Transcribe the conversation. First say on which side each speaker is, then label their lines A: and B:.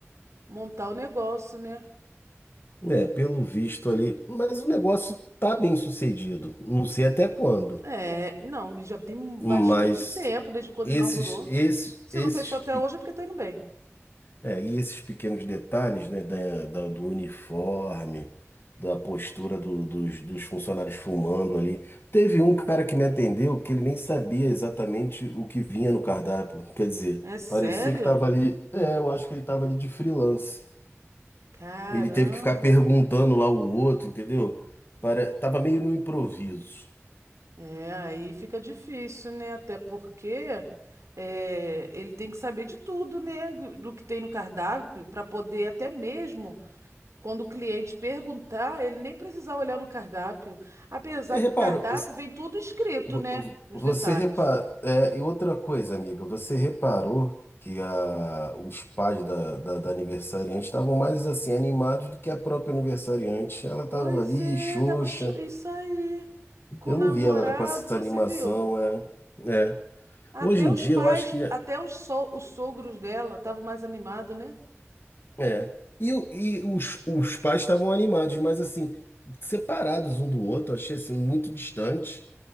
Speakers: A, on the right; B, on the left.
A: montar o negócio, né?
B: É, pelo visto ali, mas o negócio tá bem sucedido. Não sei até quando,
A: É, não, já tem
B: mas
A: bastante tempo desde quando
B: esses
A: inaugurou.
B: esses
A: Se
B: esses
A: não fechou até hoje é porque tá indo bem.
B: É, e esses pequenos detalhes, né, da, da- do uniforme, da postura do- dos, dos funcionários fumando ali. Teve um cara que me atendeu que ele nem sabia exatamente o que vinha no cardápio. Quer dizer,
A: É sério?
B: parecia que estava ali. É, eu acho que ele estava ali de freelance.
A: Caramba.
B: Ele teve que ficar perguntando lá o outro, entendeu? Para, tava meio no improviso.
A: É, aí fica difícil, né? Até porque eh, ele tem que saber de tudo, né? Do do que tem no cardápio, para poder até mesmo, quando o cliente perguntar, ele nem precisar olhar no cardápio. Apesar
B: Você
A: que
B: reparou?
A: o cardápio vem tudo escrito,
B: vo-
A: né?
B: vo-
A: Os
B: Você
A: detalhes.
B: repara... é, e outra coisa, amiga, você reparou que a, os pais da, da, da aniversariante estavam mais assim animados do que a própria aniversariante. Ela estava
A: Pois
B: ali,
A: é,
B: xoxa.
A: tava cho- isso aí. Com
B: Eu
A: o namorado,
B: não vi ela com essa
A: você
B: animação,
A: viu?
B: é. É.
A: Até
B: Hoje em
A: os
B: dia
A: pais,
B: eu acho que
A: até os, so- os sogros dela estavam mais animados, né?
B: é. E, o- e os, os pais estavam animados, mas assim, separados um do outro, achei assim muito distante.